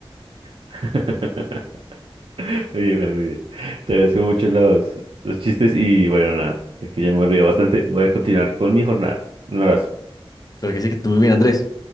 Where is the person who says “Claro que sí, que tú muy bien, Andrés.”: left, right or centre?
Left